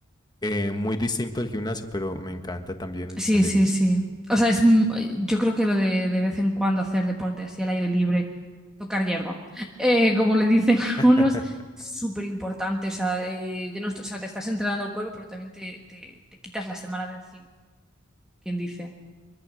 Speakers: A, on the left; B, in the centre.
A: eh, muy distinto al gimnasio, pero me encanta también el
B: Sí,
A: senderismo.
B: sí, sí. O sea, es, m- yo creo que lo de, de vez en cuando hacer deporte así al aire libre, tocar hierba, <laughs> eh, como le dicen <laughs> algunos,
A: <laughs>
B: es súper importante. O sea, de- de no est- o sea, te estás entrenando el cuerpo, pero también te, te- te quitas la semana de encima, quien dice.